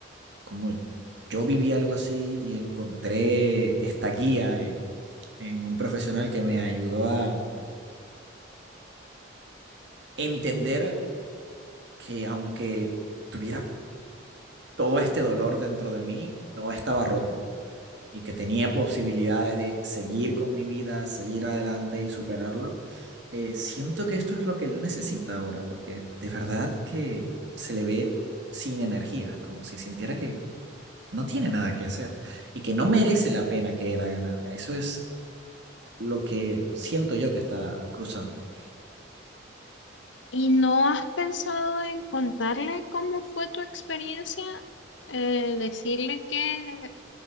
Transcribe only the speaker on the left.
¿Y no has pensado en contarle cómo fue tu experiencia? Eh, decirle que